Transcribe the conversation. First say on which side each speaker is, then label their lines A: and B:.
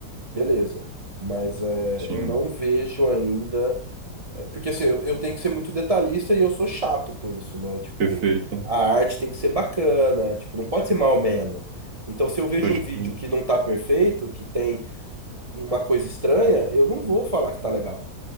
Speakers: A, on the right (about 25°); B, on the right (about 55°).
A: Beleza. Mas é,
B: Sim.
A: eu não vejo ainda. eh, Porque assim, eu, eu tenho que ser muito detalhista e eu sou chato com isso, né? Tipo,
B: Perfeito.
A: a arte tem que ser bacana, tipo, não pode ser menos. Então, se eu vejo
B: Pode
A: um vídeo
B: crer.
A: que não tá perfeito, que tem uma coisa estranha, eu não vou falar que tá legal.